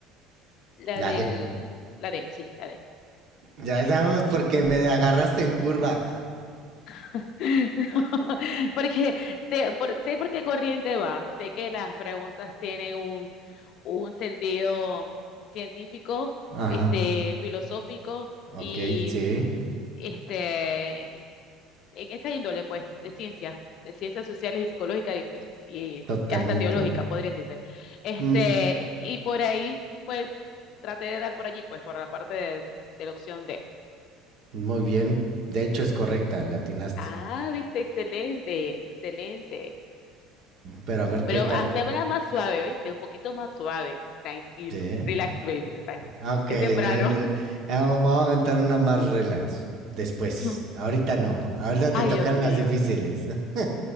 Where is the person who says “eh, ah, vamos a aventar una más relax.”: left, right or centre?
Right